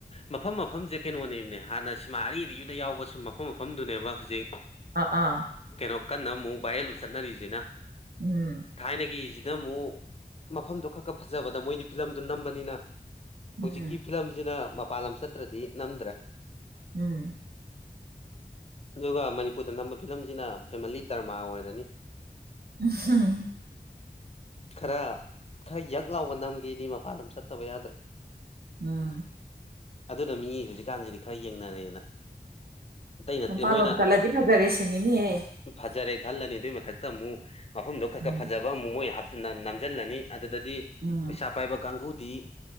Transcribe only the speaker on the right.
ꯑꯥ ꯑꯥ
ꯎꯝ
ꯎꯝ
ꯎꯝ
ꯎ <unintelligible>
ꯎꯝ
ꯃꯄꯥꯟꯂꯣꯝ
ꯆꯠꯂꯗꯤ ꯐꯖꯔꯦꯁꯤꯅꯤꯅꯦꯍꯦ
ꯎꯝ
ꯎꯝ